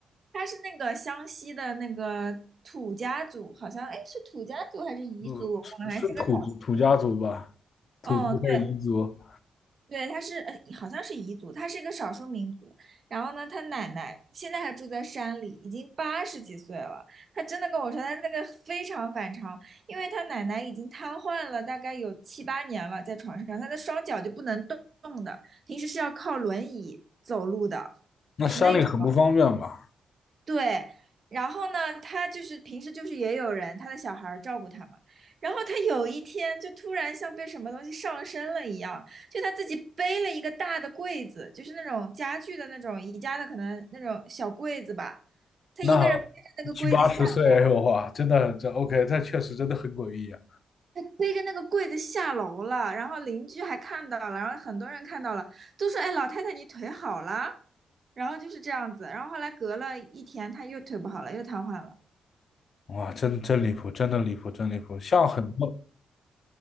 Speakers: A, on the right; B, on the left.
A: 他是那个湘西的那个土家族，好像哎是土家族还是彝族，
B: 嗯，
A: 我忘了还是个少数。
B: 是是土族土家族吧？土族还是彝族？
A: 对。对，他是呃，好像是彝族，他是一个少数民族。然后呢，他奶奶现在还住在山里，已经八十几岁了。他真的跟我说，他那个非常反常，因为他奶奶已经瘫痪了，大概有七八年了，在床上，他的双脚就不能动动的，平时是要靠轮椅走路的，
B: 那山里很不方便吧？
A: 是那种。对，然后呢，他就是平时就是也有人，他的小孩儿照顾他嘛。然后他有一天就突然像被什么东西上身了一样，就他自己背了一个大的柜子，就是那种家具的那种宜家的可能那种小柜子吧。他一个人背着那个柜子下楼，
B: 那七八十岁，哇，真的这 OK，这确实真的很诡异啊！
A: 背着那个柜子下楼了。然后邻居还看到了，然后很多人看到了，都说：“哎，老太太你腿好了。”然后就是这样子。然后后来隔了一天，他又腿不好了，又瘫痪了。
B: 哇，真真离谱，真的离谱，真离谱。像很多